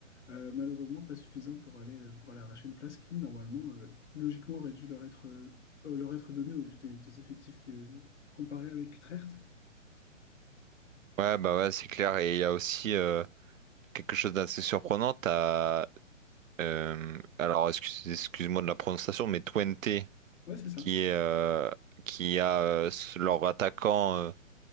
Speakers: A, on the left; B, on the right.
A: Euh, malheureusement, pas suffisant pour aller, euh, pour aller arracher une place qui, normalement, euh, logiquement, aurait dû leur être, euh, leur être donnée au vu des, des effectifs qui, euh, comparés avec Utrecht.
B: Ouais, bah ouais, c'est clair. Et il y a aussi euh, quelque chose d'assez surprenant. T'as, euh, alors, excuse, excuse-moi de la prononciation, mais Twente,
A: Ouais, c'est ça.
B: qui est, euh, qui a euh, s- leur attaquant euh,